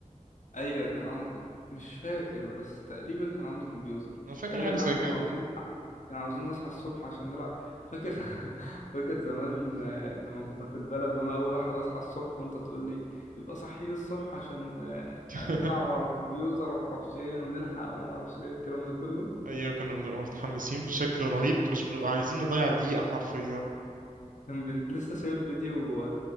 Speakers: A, on the left; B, on the right.
A: ايوه كان عند... مش فاكر بس تقريبا كان عنده كمبيوتر
B: انا فاكر
A: ايوه
B: حاجه
A: لا
B: زي
A: احنا
B: كده
A: كنا عاوزين نصحى كان عاوزين نصحى الصبح عشان نلعب فاكر <laughs> فاكر زمان آه، لما كنا في البلد وانا اول واحد اصحى الصبح وانت تقول لي يبقى صاحيين الصبح عشان آه،
B: <laughs>
A: نلعب على الكمبيوتر ومعرفش ايه ونلحق ومعرفش ايه الكلام ده كله
B: ايوه كنا بنبقى متحمسين بشكل رهيب ما كناش بنبقى عايزين نضيع دقيقة حرفيا
A: كان بن... لسه شايف فيديو